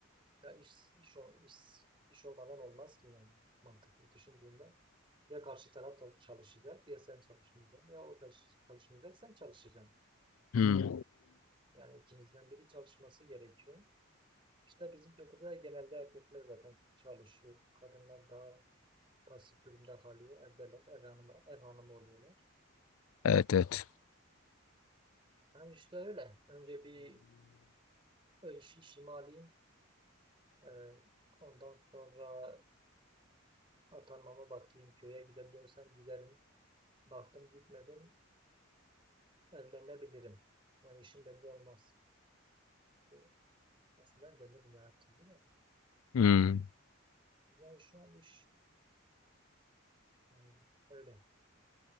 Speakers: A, on the right; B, on the left.
A: ya iş, iş, ol- iş, iş olmadan olmaz ki yani mantıklı düşündüğünde. Ya karşı taraf da çalışacak ya sen çalışmayacaksın ya o çalış- çalışmayacak sen çalışacaksın.
B: Hmm.
A: Yani ikinizden biri çalışması gerekiyor. İşte bizim kültürde genelde erkekler zaten çalışıyor. Kadınlar daha pasif durumda kalıyor. Evdeler, ev hanımı, ev hanımı oluyorlar.
B: Evet evet.
A: Yani işte öyle. Önce bir iş, işimi alayım. Ee, ondan sonra atanmama bakayım. Köye gidebiliyorsam giderim. Baktım gitmedim. Evlenebilirim. Yani işim belli olmaz. Bu Aslında evlenirim ya artık değil mi?
B: Hmm.
A: Yani şu an iş yani öyle.